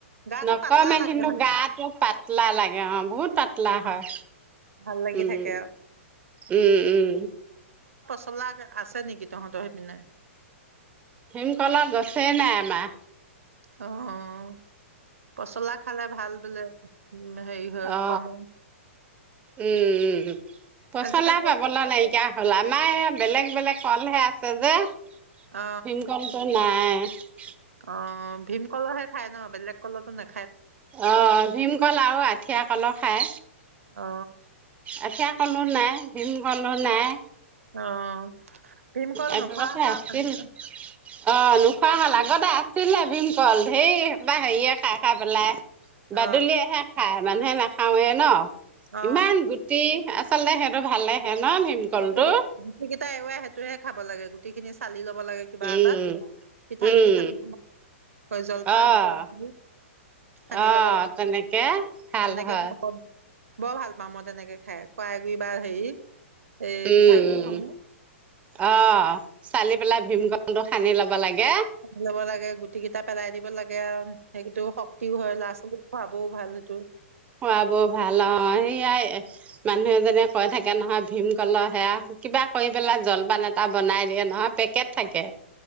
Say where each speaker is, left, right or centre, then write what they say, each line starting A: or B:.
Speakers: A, on the right (about 85°); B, on the right (about 20°).
A: গাটো
B: নকমে
A: পাতলা লাগে
B: কিন্তু
A: মানে
B: গাটো পাতলা লাগে অ বহুত পাতলা হয়।
A: অ ভাল লাগি
B: উম
A: থাকে আৰু
B: উম উম।
A: চলা আছে নেকি তহঁতৰ সেইপিনে?
B: ভিম কল গছে নাই আমাৰ।
A: অও অহ। পচলা খালে ভাল বোলে উম হেৰি হয়
B: অ
A: কমে।
B: উম উম উম পচলা
A: আজিকালি
B: পাবলৈ নাইকিয়া হ'ল আমাই বেলেগ বেলেগ ফলহে আছে যে
A: অ
B: ভীমকলটো নাই। <unintelligible>
A: অ ভীম কলৰহে খাই ন বেলেগ কলটো নে
B: অ ভীমকল আৰু আঠিয়া কল খাই
A: অ
B: আঠিয়া, কলো নাই ভীমকলো নাই।
A: অ ভীমকল
B: এক
A: নোখোৱা
B: দকা
A: হ'লা
B: আছিল
A: মানুহ
B: অ নোখোৱা হল
A: আজিকালি
B: আগতে আছিলে বিম কল ঢেৰ হেখাপা হেৰিয়ে খাই খাই পেলাই
A: অ
B: বাদুলিয়হে খাই মানুহে না, খাওঁৱে ন?
A: অ
B: ইমান গুটি আচলতে সিহতৰ ভালে সে ন ভীমকলটো
A: সেইটো গুটি কেইটা এৰুৱাই সেইটোহে খাব লাগে গোট। তি খিনিছ চালি ল'ব লাগে কিবা
B: উম
A: এটাত পিঠাগুৰি
B: উম
A: সানি জলপান
B: অ'
A: কৰে সানি
B: অ'
A: ল'ব লাগে
B: তেনেকে
A: তেনেকে
B: হয়
A: ভাল বৰ ভাল পাওঁ মই তেনেকে খাই কৱাই গুৰি বা হেৰি এই
B: উম
A: পিঠাগুৰি
B: উম
A: সমূহ
B: অ চালি পেলাই ভীম ক কলটো সানি ল'ব লাগে।
A: লব লাগে গুটি কেইটা পেলাই দিব লাগে আৰু সেইকটো হক তিউ হয় লৰা আছিল খুৱাপ, বৌ ভাল সেটো,
B: খোৱ বোৰ ভাল অ সেয়াই মানুহ এজনে কৈ থাকে নহয় ভীমকলৰ সেয়া, কিবা কৰি পেলাই জলপান এটা বনাই দিয়ে নহয় পেকেট থাকে।